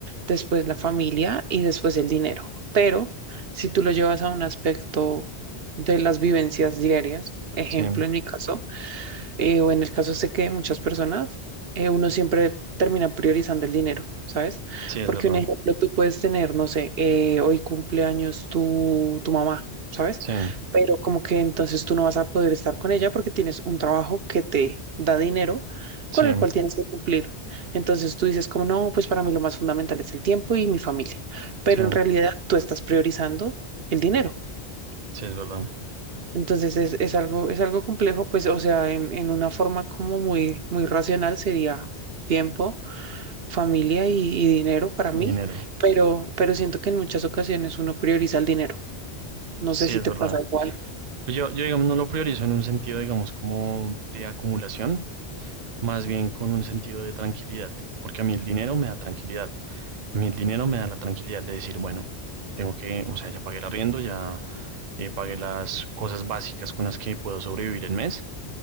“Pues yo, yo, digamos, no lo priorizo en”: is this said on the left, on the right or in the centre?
Right